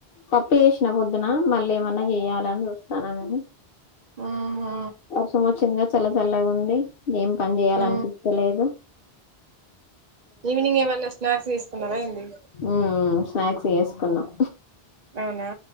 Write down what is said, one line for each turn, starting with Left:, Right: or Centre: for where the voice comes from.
Left: పప్పు చేసినా పొద్దున మళ్ళ ఏమన్నా చెయాలని చూస్తానా గని
Right: ఉహు
Left: వర్షం వచ్చిందిగా చల్ల చల్లగా ఉండి ఏం పని చేయాలనిపిత్తలేదు
Right: ఉ ఈవినింగ్ ఏమన్నా స్నాక్స్ తిసుకున్నారా ఏంది
Left: ఉమ్ స్నాక్స్ చేసుకున్నాం
Right: అవునా